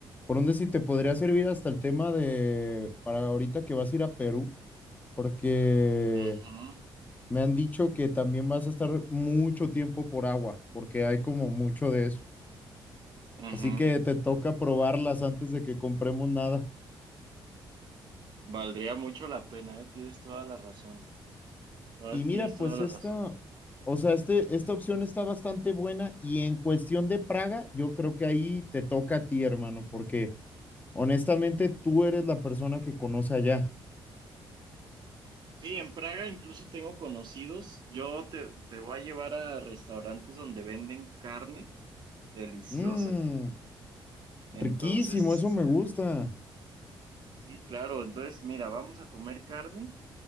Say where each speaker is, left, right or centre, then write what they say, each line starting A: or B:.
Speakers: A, on the left; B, on the right.
A: Por donde sí te podría servir hasta el tema de para ahorita que vas a ir a Perú, porque
B: Ujú,
A: Me han dicho que también vas a estar mucho tiempo por agua, porque hay como mucho de eso.
B: ujú.
A: Así que te toca probarlas antes de que compremos nada.
B: Valdría mucho la pena, ¿eh? Tienes toda la razón. Todas-
A: Y mira,
B: Tienes toda
A: pues
B: la
A: esta,
B: razón.
A: o sea, este, esta opción está bastante buena y en cuestión de Praga, yo creo que ahí te toca a ti, hermano, porque honestamente tú eres la persona que conoce allá.
B: Sí, en Praga incluso tengo conocidos. Yo te, te voy a llevar a restaurantes donde venden carne deliciosa.
A: Mmm,
B: Entonces,
A: riquísimo,
B: este,
A: eso me gusta.
B: sí, claro. Entonces, mira, vamos a comer carne,